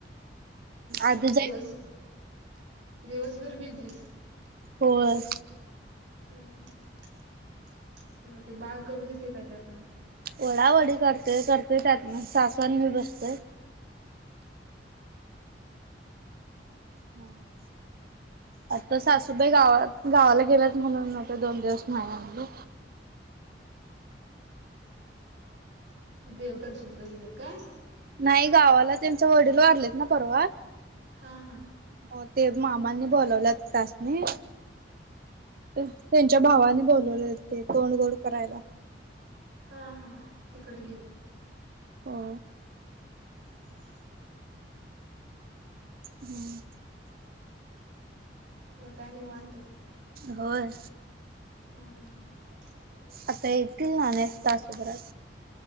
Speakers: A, on the right (about 85°); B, on the right (about 55°).
A: मध्ये
B: आधी जाई
A: दिवस दिवसभर बिझीज.
B: होय
A: हम्म मग ते बाळ करू देतय का ते आता?
B: वडावडी करतोय करतोय त्यात मग सासवा अन मी बसतोय. हम्म आता सासूबाई गावात गावाला गेल्यात म्हणून आता दोन दिवस नाही आणल.
A: देव दर्शनला गेलेत काय?
B: नाही गावाला त्यांचे वडील वारलेत ना परवा.
A: हां हां
B: हो ते मामाांनी बोलवलं त्यासनी. त्यांच्या भावाने बोलवले होते ते तोंड गोड करायला.
A: हा हां तिकडे गेल्या.
B: हो
A: <inaudible>
B: हम्म
A: मग काय निवांत.
B: होय
A: हम् हम्म
B: आता येतील ना एक तासाभरात.